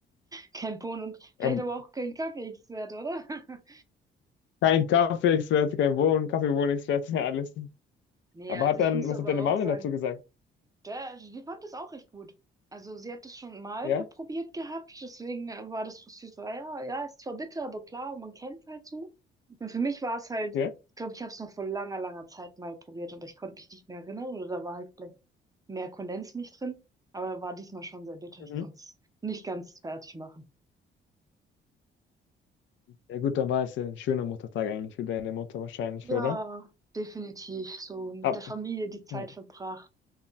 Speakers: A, on the right; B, on the left.
A: Kein Bohnen und vielleicht
B: Ähm,
A: aber auch kein Kaffee-Expert, oder? <laughs>
B: kein Kaffee-Experte, kein Bohnen, Kaffee-Bohnen-Experte, ja, <laughs> alles.
A: Nee,
B: Aber
A: also
B: hat
A: ich
B: dann,
A: muss
B: was
A: aber
B: hat deine
A: auch
B: Mama
A: sagen,
B: denn dazu gesagt?
A: Der, die fand das auch recht gut. Also sie hat das schon mal
B: Ja,
A: probiert gehabt, deswegen war das für sie so, ja, ja, ist zwar bitter, aber klar, man kennt es halt so. Und für mich war es halt,
B: okay.
A: ich glaube, ich habe es noch vor langer, langer Zeit mal probiert, aber ich konnte mich nicht mehr erinnern oder da war halt vielleicht mehr Kondensmilch drin, aber war diesmal schon sehr bitter.
B: Mhm.
A: Ich konnte es nicht ganz fertig machen.
B: Ja gut, dann war es ja ein schöner Muttertag eigentlich für deine Mutter wahrscheinlich,
A: Ja,
B: oder?
A: definitiv. So mit
B: Ab.
A: der Familie die Zeit
B: Ja.
A: verbracht.